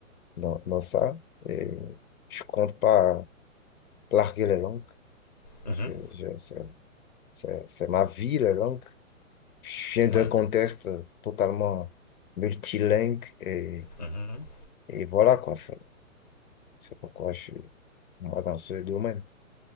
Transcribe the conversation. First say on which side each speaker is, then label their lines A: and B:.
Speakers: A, on the left (about 85°); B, on the left (about 35°).
A: dans, dans ça. Et je compte pas larguer les langues.
B: mhm,
A: Je- je- c'est c'est- c'est ma vie, la langue. Je viens d'un
B: ouais.
A: contexte totalement multilingue et,
B: mhm.
A: et voilà quoi. C'est c'est pourquoi je suis moi dans ce domaine.